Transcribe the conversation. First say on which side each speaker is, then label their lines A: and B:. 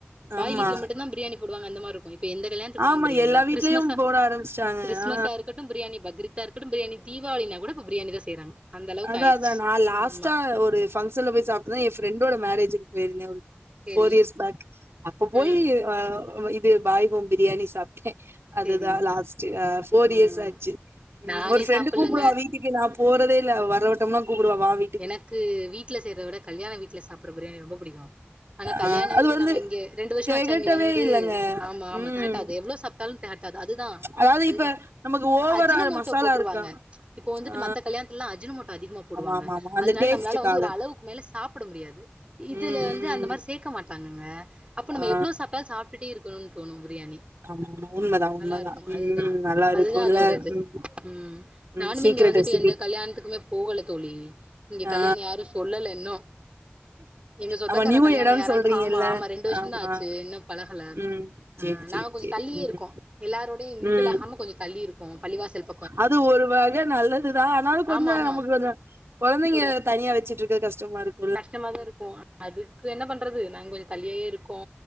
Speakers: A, on the right; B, on the right.
A: பாய்
B: ஆமா
A: வீட்ல மட்டும் பிரியாணி போடுவாங்க அந்த மாரி இருக்கு எந்த கல்யாணத்துக்கு
B: ஆமா
A: போனாலு பிரியாணி
B: எல்லா
A: தா
B: வீட்லயும்
A: கிறிஸ்மஸ்ஸா
B: போட ஆரம்பிச்சுட்டாங்க.
A: கிறிஸ்மஸ்ஸா
B: ஆ
A: இருக்கட்டு பிரியாணி பக்ரீத்தா இருக்கட்டு பிரியாணி தீபாவளினா கூட இப்ப பிரியாணி தா செய்றாங்க அந்த அளவுக்கு
B: அதா
A: ஆயிடுச்சு
B: அதா நா லாஸ்டா
A: ஆமா
B: ஒரு ஃப்ஷன்ல போய் சாப்புட்டுதா எயா ஃப்ரெண்டோட மேரேஜக்கு போயிருந்தே ஒரு
A: சேரி
B: ஃபோர் இயர்ஸ் பேக் அப்ப போய்
A: ம்
B: அ இது பாய்வோம் பிரியாணி சாப்டே அதுதா
A: சேரி
B: லாஸ்ட் அ ஃபோர்
A: ம்
B: இயர்ஸ் ஆச்சி ம்
A: நானே
B: ஒரு ஃப்ரெண்டு்
A: சாப்புல்லங்க
B: கூப்புடுவாங்க இப் வீட்டுக்கு நா போறதே இல்ல அவ வர வட்டம்லா கூப்புடுவா வாவி
A: எனக்கு வீட்டுல செய்யறத விட கல்யாண வீட்ல சாப்புட்ற பிரியாணி ரொம்ப புடிக்கு ஆனா கல்யாண
B: அ அது
A: வீடு
B: வந்து
A: நாங்க இங்க ரெண்டு வருஷோ
B: தெகட்டவே
A: ஆச்சா இங்க வந்து
B: இல்லங்க.
A: ஆமா ஆமா
B: ம்.
A: தெகட்டாது எவ்ளோ சாப் ட்டாலு தெகட்டாது அதுதா
B: அதாவது
A: அதுதா
B: இப்ப நமக்கு ஓவரா
A: அஜினமோட்டோ
B: மசாலா
A: போட்றுவாங்க
B: இருக்கா
A: இப்போ வந்துட்டு
B: ஆ
A: மத்த கல்யணத்துலல்லா அர்ஜினமோட்டோ அதிக போவாங்க
B: ஆமா ஆமா ஆமா அந்த
A: அதனால
B: டேஸ்ட்டுக்காக
A: நம்மளால வந்து ஒரு அளவுக்கு மேல சாப்புட முடியாது இதுல
B: ம்
A: வந்து
B: ம்
A: அந்த மாரி சேக்க மாட்டாங்கங்க அப்ப நம்ம
B: ஆ
A: எவ்ளோ சாப்டாலு சாப் டுட்டே இருக்கணுன்னு தோணு பிரியாணி
B: ஆமா ஆமா உண்மதா உண்மதா
A: நல்லா இருக்கு
B: ம்
A: அதுதா
B: நல்லா இருக்குல்ல
A: அதுதா அதோட இது
B: ம்
A: ம் நானுமே
B: ம் சீக்ரெட்
A: இங்க வந்துட்டு
B: ரெசிபி
A: எந்த கல்யாணத்துக்குமே போகல தோழி இங்க
B: ஆ
A: கல்யாணோ யாரு சொல்லல இன்னு எங்க சொந்தக்கார
B: ஆமா நியூ
A: கல்யாண
B: எடம்னு
A: யாராவது
B: சொல்றீங்கல்ல
A: ஆமா ஆமா ரெண்டு வருஷந்தா
B: ஆமா
A: ஆச்சு இன்னு பழகல
B: ம்
A: ஆ
B: சேரி சேரி
A: நாங்க கொஞ்ச
B: சேரி
A: தள்ளியே
B: ம்
A: இருக்கோ எல்லாரோடையு மிங்குலாகாம
B: ம்
A: கொஞ்ச தள்ளி இருக்கோ பழிவாசல்
B: அது ஒரு வகை நல்லதுதா ஆனா கொஞ்ச
A: ஆமா ஆமா
B: நமக்கு கொஞ்ச கொழந்தைங்க
A: ஒரு
B: தனியா வச்சுட்ருக்க கஷ்டமா இருக்கு
A: கஷ்டமாதா இருக்கு அதுக்கு என்ன பண்றது நாங்க கொஞ்ச தள்ளியே இருக்கோ